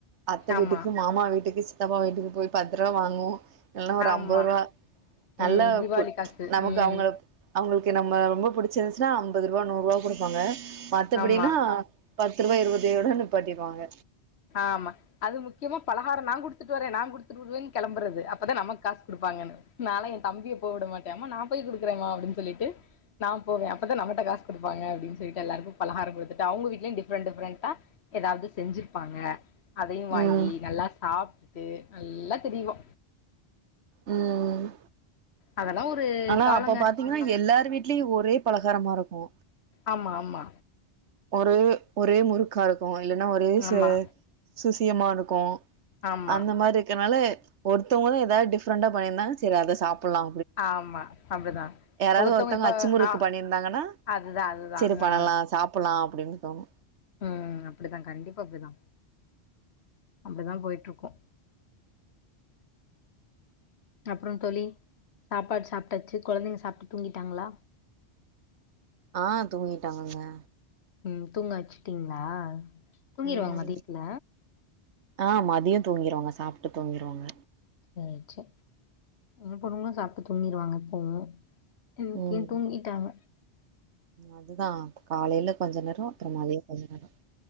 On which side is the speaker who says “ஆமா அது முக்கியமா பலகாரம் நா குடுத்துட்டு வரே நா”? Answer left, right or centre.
Left